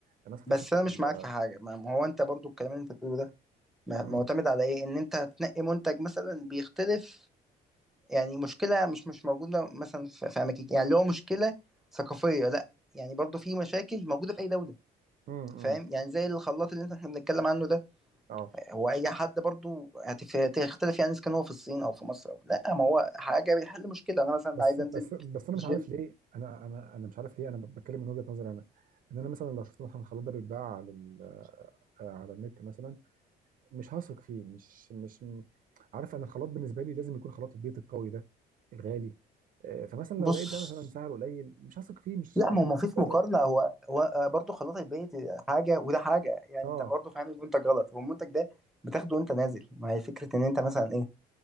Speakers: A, on the right; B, in the centre.
A: الناس هتثق
B: بس انا مش
A: في صح
B: معاك
A: ال-
B: في حاجه ما ما هو انت برضو الكلام اللي انت بتقوله ده ما-
A: مم،
B: معتمد على ايه ان انت هتنقي منتج مثلا بيختلف يعني مشكله مش مش موجوده مثلا في في اماكن يعني اللي هو مشكله ثقافيه لا يعني برضو في مشاكل موجوده في اي دوله
A: مم،
B: فاهم
A: مم.
B: يعني زي الخلاط اللي انت احنا بنتكلم عنه ده
A: اه
B: هو اي حد برضو هتف- هتختلف يعني اذا كان هو في الصين او في مصر او لا ما هو حاجه بيحل مشكله انا مثلا
A: بس
B: عايز انزل
A: بس بس انا
B: الجيم
A: مش عارف ليه انا انا انا مش عارف ليه انا بتكلم من وجهه نظري انا ان انا مثلا لو شفت مثلا الخلاط ده بيتباع على ال- آه، على النت مثلا مش هثق فيه مش مش م- عارف انا الخلاط بالنسبه لي لازم يكون خلاط البيت القوي ده الغالي آه، فمثلا
B: بص
A: لو لقيت ده مثلا بص سعره قليل مش هثق فيه مش
B: لا ما هو ما
A: مش
B: فيش
A: هيضرب
B: مقارنه هو هو برضه خلاط البيت حاجه وده حاجه يعني
A: اه
B: انت برضه فاهم المنتج غلط هو المنتج ده بتاخده وانت نازل ما هي فكره ان انت مثلا ايه